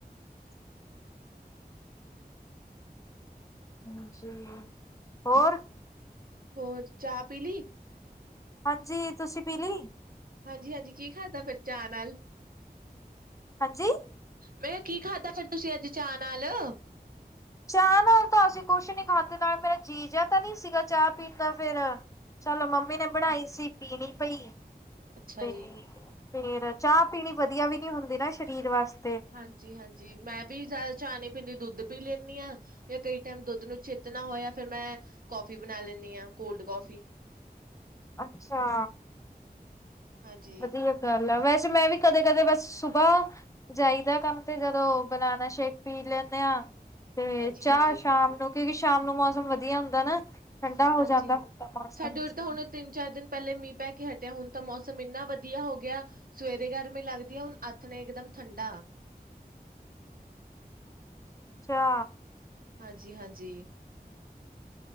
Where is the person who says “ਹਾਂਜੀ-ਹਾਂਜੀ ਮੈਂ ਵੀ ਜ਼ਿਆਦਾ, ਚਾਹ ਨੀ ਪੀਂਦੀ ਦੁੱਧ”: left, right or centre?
Right